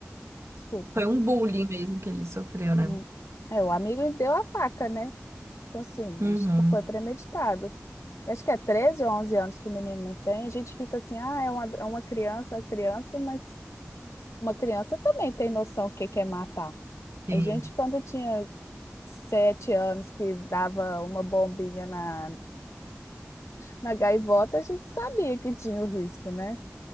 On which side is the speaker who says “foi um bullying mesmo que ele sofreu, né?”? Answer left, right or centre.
Right